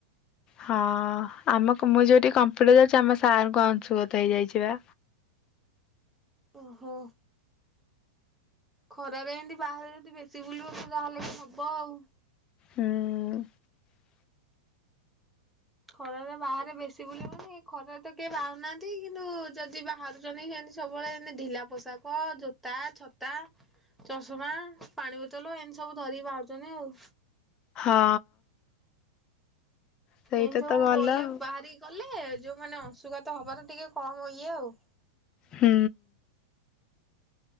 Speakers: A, on the left (about 15°); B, in the centre.
A: ହଁ ଆମକୁ ମୁଁ ଯୋଉଠି କମ୍ପ୍ୟୁଟର ଯାଉଛି ଆମ ସାରଙ୍କୁ ଅଂଶୁଗତ ହେଇଯାଇଛି ବା।
B: ଓହୋ। ଖରାରେ ଏମିତି ବାହାରେ ଯଦି ବେଶୀ ବୁଲିବ ଯାହେଲେ ବି ହବ ଆଉ।
A: ହଁ।
B: ଖରରେ ବାହାରେ ବେଶୀ ବୁଲିବନି ଖରାରେ ତ କେ ବାହାରୁନାହାନ୍ତି କିନ୍ତୁ ଯଦି ବାହାରୁଛନ୍ତି ସେମିତି ସବୁବେଳେ ଏମତି ଢିଲା ପୋଷାକ ଜୋତା ଛତା ଚଷମା ପାଣି ବୋତଲ ଏମିତି ସବୁ ଧରିକି ବାହାରୁଛନ୍ତି ଆଉ।
A: ହଁ। ସେଇଟା
B: ଏନି ସବୁ
A: ତ ଭଲ
B: ଗଲେ
A: ଆଉ
B: ବାହାରି କଣ? ହେଲେ ଯୋଉ ମାନେ ଅଶୁଗାତ ହବା ଟା ଟିକେ କମ ଇଏ ଆଉ।
A: ହୁଁ।